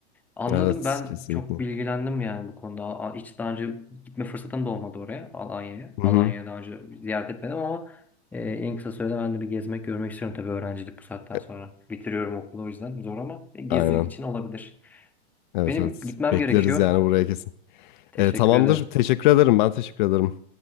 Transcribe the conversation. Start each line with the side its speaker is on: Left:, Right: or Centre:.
Centre: Anladım
Left: Evet
Centre: ben
Left: kesinlikle.
Centre: çok bilgilendim yani bu konuda. A- Hiç daha önce gitme fırsatım da olmadı oraya Alanya'ya.
Left: Hı
Centre: Alanya'ya
Left: hı.
Centre: daha önce ziyaret etmedim ama e, en kısa sürede ben de bir gezmek görmek istiyorum tabii öğrencilik bu saatten
Left: E,
Centre: sonra. Bitiriyorum okulu o yüzden zor ama gezi
Left: Aynen.
Centre: için olabilir.
Left: Evet
Centre: Benim
Left: evet.
Centre: gitmem
Left: Bekleriz
Centre: gerekiyor.
Left: yani buraya kesin.
Centre: Teşekkür
Left: E, tamamdır.
Centre: ederim.
Left: Teşekkür ederim. Ben teşekkür ederim.